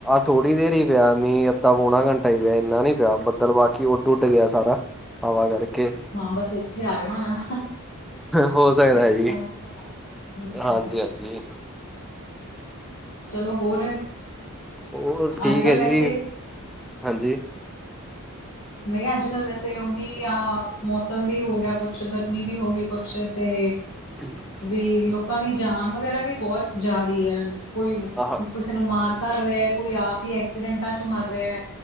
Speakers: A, in the centre; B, on the left.
A: ਥੋੜ੍ਹੀ ਦੇਰ ਹੀ ਪਿਆ, ਮੀ ਅੱਧਾ ਪੋਣਾ ਘੰਟਾ ਹੀ ਪਿਆ ਇੰਨਾ ਨੀ ਪਿਆ ਬੱਦਲ ਬਾਕੀ ਉੱਡ, ਉੱਡ ਗਿਆ ਸਾਰਾ। ਹਵਾ ਕਰਕੇ।
B: ਹਾਂ ਬਸ ਇੱਥੇ ਆਏ ਹੋਣਾ।
A: ਹੋ ਸਕਦਾ
B: ਇੱਥੇ
A: ਹੈ ਜੀ
B: ਪਹੁੰਚ ਗਿਆ ਹੋਣਾ। ਮੀਂਹ ਪੈਣ
A: ਹਾਂਜੀ,
B: ਲਈ
A: ਹਾਂਜੀ।
B: ਚਲੋ ਹੋਰ
A: ਹੋ ਠੀਕ
B: ਅੱਜ ਕੱਲ
A: ਹੈ ਜੀ
B: ਵੈਸੇ
A: ਹਾਂਜੀ।
B: ਮੈਂ ਕਿਹਾ ਅੱਜ - ਕੱਲ੍ਹ ਵੈਸੇ ਉਹੀ ਆ ਮੌਸਮ ਵੀ ਹੋ ਗਿਆ, ਕੁਛ ਗਰਮੀ ਵੀ ਹੋ ਗਈ ਕੁਛ ਤੇ।
A: ਹ। <unintelligible>
B: ਵੀ ਲੋਕਾਂ ਦੀ 'ਜਾਨ' ਵਗੈਰਾ ਵੀ ਬਹੁਤ ਜਾ ਰਹੀ ਹੈ ਕੋਈ।
A: ਆਹ
B: ਕਿਸੇ ਨੂੰ ਮਾਰ ਕਰ ਰਿਹਾ, ਕੋਈ ਆਪ ਹੀ ਐਕਸੀਡੈਂਟਾਂ ਚ ਮਰ ਰਿਹਾ